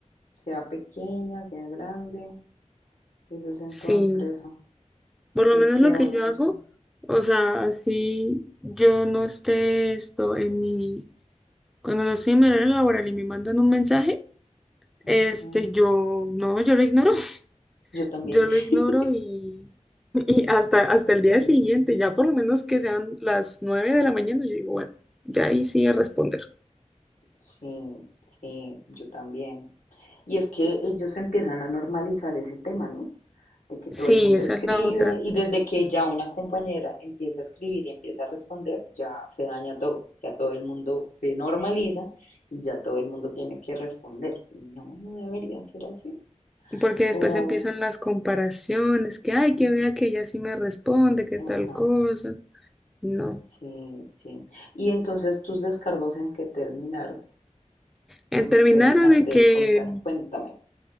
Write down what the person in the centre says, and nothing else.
Sí,
Por lo
menos
lo
que
yo
hago,
o sea, así yo no esté esto en mi, cuando no estoy en mi horario laboral y me mandan un mensaje, este,
yo, no, yo lo ignoro, <laughs>
yo lo
ignoro y, <laughs> y hasta, hasta el
día siguiente, ya por lo menos que sean las nueve de la mañana, yo digo, bueno, ya ahí sí a responder.
Sí,
esa
es la otra,
porque después
empiezan las comparaciones, que, ay,
que vea que ella sí me responde, que
tal cosa, no.
En
terminaron
en que